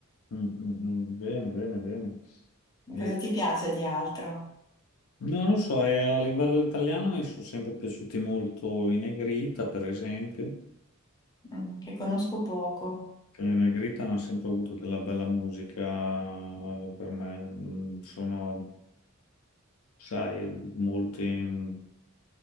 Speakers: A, on the left; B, on the left.
A: mm, mm, mm. Bene, bene, bene. Eh,
B: Cosa ti piace di altro?
A: no, non lo so, eh, a livello italiano mi sono sempre piaciuti molto i Negrita, per esempio,
B: mm, che conosco poco.
A: che i Negrita hanno sempre avuto della bella musica eh, per me. Mm, Sono, sai, molto in-